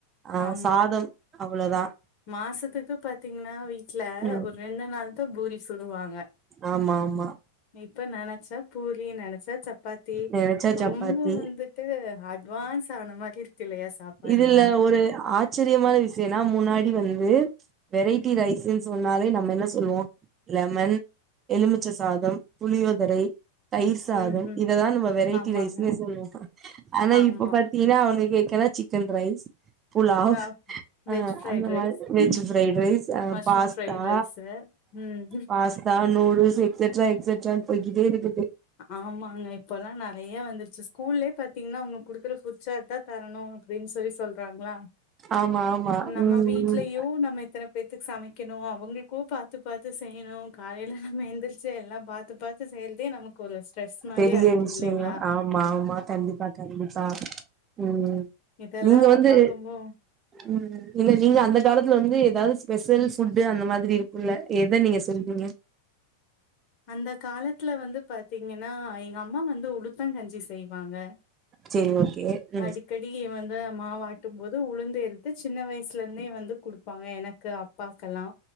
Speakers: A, on the right; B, on the left.
A: ஆஹ்
B: ஆமா.
A: சாதம் அவ்வளோவுதான்
B: மாசத்துக்கு பாத்தீங்கன்னா வீட்டுல
A: ம்
B: ஒரு ரெண்டு நாள் தான் பூரி சொல்லுவாங்க
A: ஆமா ஆமா
B: இப்ப நினைச்சா பூரி நினைச்சா சப்பாத்தி
A: நெனச்சா சப்பாத்தி
B: ரொம்ப வந்துட்டு அட்வான்ஸ் ஆன மாரி இருக்கு இல்லையா சாப்பாடுல
A: இதுல ஒரு ஆச்சரியமான விஷயனா முன்னாடி வந்து வெரைட்டி ரைஸ் சொன்னாலே நம்ம என்ன சொல்லுவோம் லெமன் எலுமிச்சை சாதம் புளியோதரை தயிர் சாதம்
B: ம் ம்
A: இததான் நம்ம வெரைட்டி
B: ஆமாங்க
A: ரைஸ்ன்னே சொல்லுவோம் ஆனா
B: ஆமா
A: இப்ப பாத்தீங்கன்னா அவனுக்கு எக் சிக்கன் ரைஸ் புலாவ்
B: ஆ வெஜ் ஃப்ரைட்
A: அந்த
B: ரைஸ்
A: மாதிரி Veg
B: ம்.
A: fried rice
B: mushroom
A: pasta
B: fried rice ம்
A: பாஸ்தா நூடுல்ஸ் எக்ஸட்ராக்ஸட்ரா போய்டே இருக்கு
B: ஆமாங்க இப்பெல்லாம் நறைய வந்துருச்சு ஸ்கூல்லே பாத்தீங்கன்னா அவங்க குடுக்குற ஃபுட் சார்ட் தரணும் அப்படின்னு சொல்லி சொல்றாங்களா
A: ஆமா ஆமா
B: நம்ம
A: ம்
B: வீட்லயும்
A: ம்
B: நம்ம இத்தனை பேத்துக்கு சமைக்கணும் அவங்களுக்கும் பாத்து பாத்து செய்யணும் காலையையில நம்ம எந்திருச்சு ச்சு எல்லாம் பாத்து பாத்து செய்யிறதே நமக்கு ஸ்ட்ரெஸ் மாரி
A: பெரிய
B: ஆயிருது
A: விஷயம்
B: இல்லைங்களா
A: ஆமா ஆமா கண்டிப்பா கண்டிப்பா உஹம்
B: இதெல்லா
A: நீங்க வந்து
B: பாக்கும்போ
A: உம் இல்ல நீங்க அந்த காலத்துல வந்து ஏதாவது ஸ்பெஷல் ஃபுட் அந்த மாதிரி இருக்கும்ல்ல எத நீங்க சொல்றீங்க
B: அந்த காலத்துல வந்து பாத்தீங்கன்னா எங்க அம்மா வந்து உளுத்த கஞ்சி செய்வாங்க
A: சேரி ஓகே ம்
B: அடிக்கடி வந்து மாவட்டும் போது உளுந்து எடுத்து சின்ன வயசுல இருந்தே வந்து கொடுத்து ப்பாங்க எனக்கு அப்பாக்கெல்லா